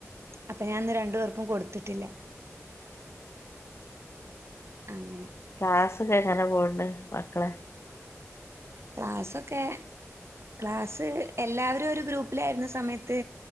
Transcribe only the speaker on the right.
അപ്പ ഞാൻന്ന് രണ്ടു പേർക്കും കൊടുത്തിട്ടില്ല. അങ്ങനെ
ക്ലാസ് ഒക്കെ ക്ലാസ്സ് എല്ലാവരും ഒരു ഗ്രൂപ്പിലായിരുന്ന സമയത്ത്